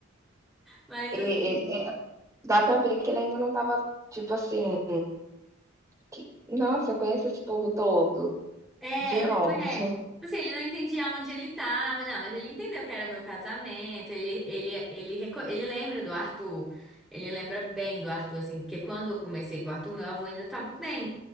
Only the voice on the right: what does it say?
e
e é Dá pra ver que ele ainda não estava, tipo assim, que "Nossa, eu conheço esse povo todo,
de
onde?".